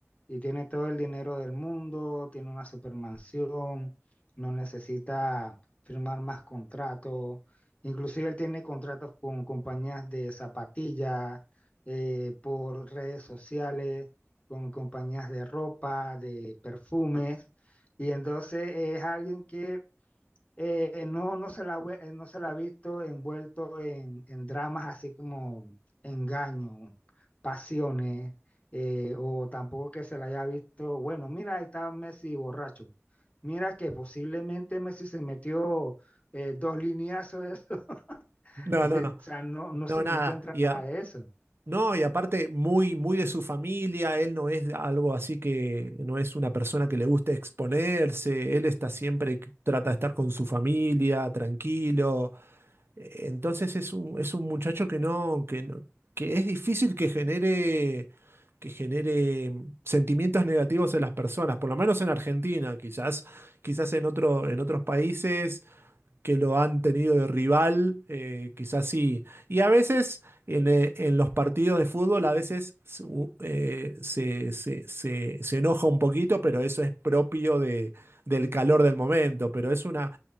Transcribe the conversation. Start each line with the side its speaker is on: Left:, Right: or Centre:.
Left: y tiene todo el dinero del mundo, tiene una supermansión, no necesita firmar más contratos, inclusive él tiene contratos con compañías de zapatillas, eh, por redes sociales, con compañías de ropa, de perfumes, y entonces es alguien que eh, no, no se la, ve- eh, no se la ha visto envuelto en, en dramas así como engaño, pasiones, eh, o tampoco que se la haya visto, bueno, mira, ahí está Messi borracho. Mira que posiblemente Messi se metió eh, dos lineazos de eso. <laughs>
Right: No,
Left: O
Right: no, no.
Left: sea, no, no
Right: No,
Left: se
Right: nada.
Left: le encuentra
Right: Y
Left: nada
Right: a-
Left: de eso.
Right: no, y aparte muy, muy de su familia, él no es algo así que no es una persona que le guste exponerse, él está siempre, que trata de estar con su familia, tranquilo. Eh, Entonces es un, es un muchacho que no, que no- que es difícil que genere, que genere sentimientos negativos en las personas, por lo menos en Argentina, quizás, quizás en otro, en otros países que lo han tenido de rival, eh, quizás sí. Y a veces en, eh, en los partidos de fútbol, a veces su- eh, se, se- se- se enoja un poquito, pero eso es propio de, del calor del momento. Pero es una,